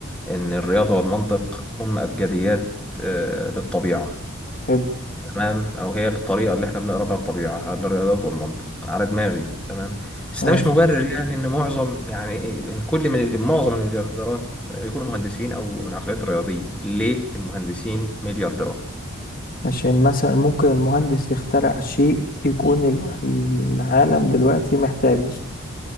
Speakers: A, in the centre; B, on the left.
A: ان الرياضة والمنطق هم ابجديات آه، للطبيعة
B: حلو
A: تمام او هي الطريقه اللي احنا بنقرا بها الطبيعه على الرياضات والمنطق على دماغي تمام بس
B: تمام
A: ده مش مبرر يعني ان معظم يعني إيه؟ لان كل من معظم المليارديرات يكونوا مهندسين او من عقليات رياضيه ليه المهندسين مليارديرات
B: عشان مثلا ممكن المهندس يخترع شيء يكون ال- العالم دلوقتي محتاجه